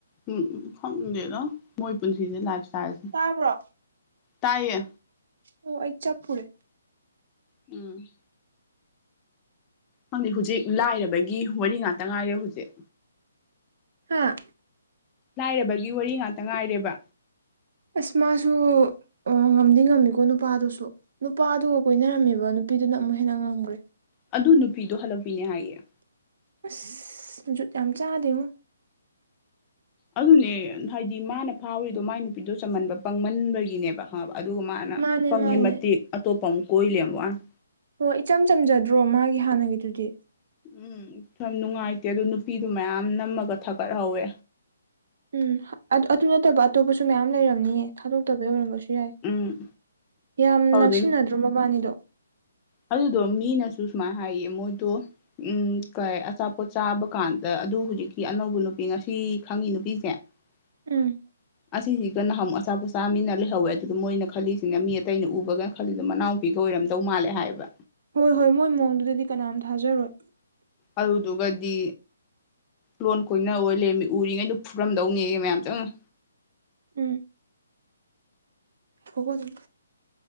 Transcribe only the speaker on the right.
ꯇꯥꯕ꯭ꯔꯣ
ꯑꯣ ꯑꯩ ꯆꯞꯄꯨꯔꯦ
ꯍꯥꯥ
ꯑꯁꯃꯁꯨ ꯑꯣ ꯉꯝꯗꯤ ꯉꯝꯃꯤꯀꯣ ꯅꯨꯄꯥꯗꯨꯁꯨ ꯅꯨꯄꯥꯗꯨꯒ ꯀꯣꯏꯅꯔꯝꯃꯦꯕ ꯅꯨꯄꯤꯗꯨꯅ ꯑꯃꯨꯛ ꯍꯦꯟꯅ ꯉꯝꯈ꯭ꯔꯦ
ꯑꯁ ꯨ ꯌꯥꯝ ꯆꯥꯗꯦꯉ
ꯃꯥꯅꯦ
ꯃꯥꯅꯦ
ꯑꯣ ꯏꯆꯝ ꯆꯝꯖꯗ꯭ꯔꯣ ꯃꯥꯒꯤ ꯍꯥꯟꯅꯒꯤꯗꯨꯗꯤ
ꯎꯝ ꯑꯗꯨ ꯅꯠꯇꯕ ꯑꯇꯣꯞꯄꯁꯨ ꯃꯌꯥꯝ ꯂꯩꯔꯝꯅꯤꯌꯦ ꯊꯥꯗꯣꯛꯇꯕ ꯌ ꯑꯣꯏꯔꯝꯕꯁꯨ ꯌꯥꯏ
ꯌꯥꯝ
ꯅꯛꯁꯤꯟꯅꯗ꯭ꯔꯣ ꯃꯕꯥꯅꯤꯗꯣ
ꯎꯝ
ꯍꯣꯏ ꯍꯣꯏ ꯃꯣꯏ ꯃꯑꯣꯡꯗꯨꯗꯗꯤ ꯀꯅꯥꯝꯇ ꯊꯥꯖꯔꯣꯏ
ꯎꯝ ꯍꯒꯣ ꯑꯗꯨꯝ